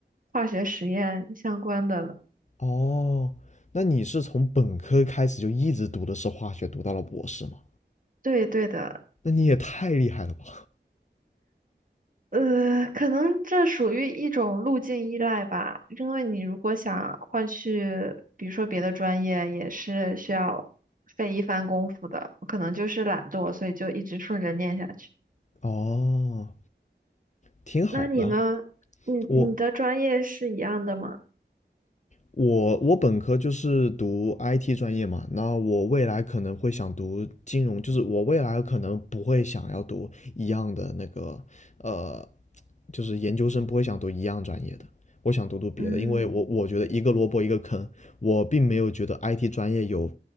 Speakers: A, on the right (about 45°); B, on the left (about 40°).
A: 化学实验相关的了。
B: 哦，那你是从本科开始就一直读的是化学，读到了博士吗？
A: 对对的，
B: 那你也太厉害了吧！
A: 呃，可能这属于一种路径依赖吧，因为你如果想换去，比如说别的专业，也是需要费一番功夫的。我可能就是懒惰，所以就一直顺着念下去。
B: <laughs> 哦，挺好的。
A: 那你呢？你你的专业是一样的吗？
B: 嗯我我我本科就是读 IT 专业嘛，那我未来可能会想读金融，就是我未来可能不会想要读一样的那个呃就是研究生不会想读一样专业的，我想读读别的，
A: 嗯，
B: 因为我我觉得一个萝卜一个坑，我并没有觉得 IT 专业有